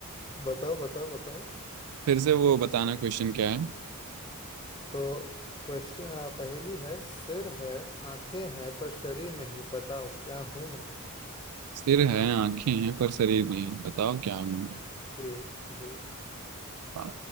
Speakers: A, on the left; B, on the right.
A: बताओ बताओ बताओ
B: फिर से वो बताना क्वेश्चन क्या है
A: तो क्वेश्चन पहेली है सिर है आंखें हैं पर शरीर नहीं बताओ क्या हूं मैं
B: सिर है आंखें हैं पर शरीर नहीं बताओ क्या हूं मैं?
A: जी जी
B: आ,